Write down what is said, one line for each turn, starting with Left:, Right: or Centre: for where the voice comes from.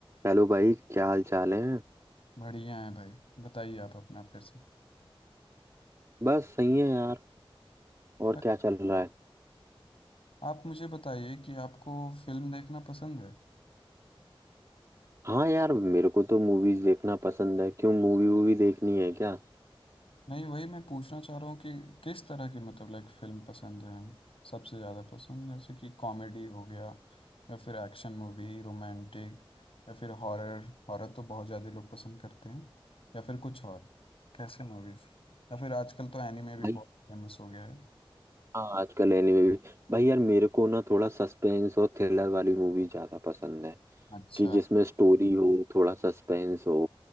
Right: Hello भाई क्या हाल चाल है
Left: बढ़िया है भाई बताइए आप अपना फिर से
Right: बस सही है यार और
Left: बट
Right: क्या चल रहा है
Left: आप मुझे बताइए कि आपको फिल्म देखना पसंद है
Right: हाँ यार मेरे को तो मूवीज देखना पसंद है क्यों मूवी वूवी देखनी है क्या
Left: नहीं वही मैं पूछना चाह रहा हूँ कि किस तरह की मतलब लाइक फिल्म पसंद है सबसे ज़्यादा पसंद जैसे कि कॉमेडी हो गया या फिर एक्शन मूवी रोमांटिक या फिर हॉरर हॉरर तो बहुत ज़्यादा लोग पसंद करते हैं या फिर कुछ और कैसे मूवीज़ या फिर आजकल तो एनिमे भी
Right: भाई
Left: बहुत फेमस हो गया है
Right: हाँ आजकल एनिमे भी भाई यार मेरे को ना थोड़ा सस्पेंस और थ्रिलर वाली मूवी ज्यादा पसंद है
Left: अच्छा
Right: कि जिसमें स्टोरी हो थोड़ा सस्पेंस हो